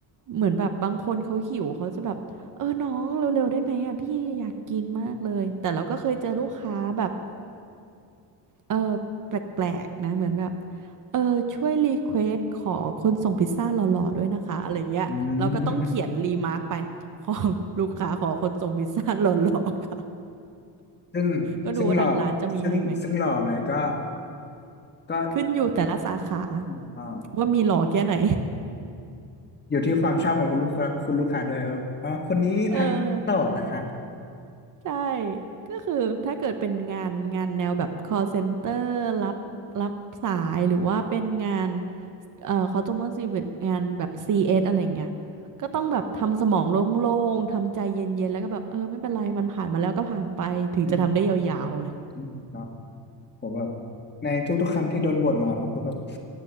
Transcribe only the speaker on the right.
เหมือนแบบบางคนเขาหิวเขาจะแบบเออน้องเร็วๆได้ไหมอ่ะพี่อยากกินมากเลยแต่เราก็เคยเจอลูกค้าแบบ เออแปลกๆนะเหมือนแบบเออช่วยรีเควสขอคนส่งพิซซ่าหล่อๆด้วยนะคะอะไรเงี้ยเราก็ต้องเขียนรีมาร์กไปขอลูกค้าขอคนส่งพิซซ่าหล่อๆค่ะ
ก็ดูว่าทางร้านจะมีให้ไหม
ขึ้นอยู่แต่ละสาขา
ว่ามีหล่อแค่ไหน
<laughs> เออใช่ก็คือถ้าเกิดเป็นงานงานแนวแบบ call center รับรับสายหรือว่าเป็นงาน เอ่อ customer service งานแบบ CS อสอะไรเงี้ยก็ต้องแบบทำสมองโล่งๆทำใจเย็นๆแล้วก็แบบเออไม่เป็นไรมันผ่านมาแล้วก็ผ่านไปถึงจะทำได้ยาวๆเลย